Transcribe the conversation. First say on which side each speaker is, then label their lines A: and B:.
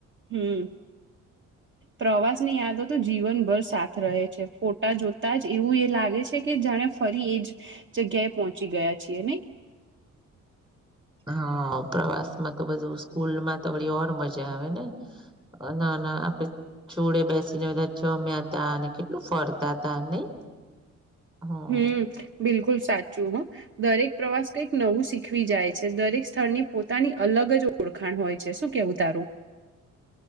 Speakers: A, on the right; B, on the right.
A: હમ્મ પ્રવાસની યાદો તો જીવનભર સાથ રહે છે ફોટા જોતા જ એવું એ લાગે છે કે જાણે ફરી એજ જગ્યાએ પહોંચી ગયા છીએ નઈ
B: હા પ્રવાસમાં તો બધું સ્કૂલમાં તો વળી ઓર મજા આવે ને <unintelligible> જોડે બેસીને બધા જમ્યા તા ને કેટલું ફરતા તા નઈ હ
A: હમ્મ બિલકુલ સાચું હ દરેક પ્રવાસ કઈક નવું શીખવી જાય છે દરેક સ્થળની પોતાની અલગ જ ઓળખાણ હોય છે શું કેવું તારું?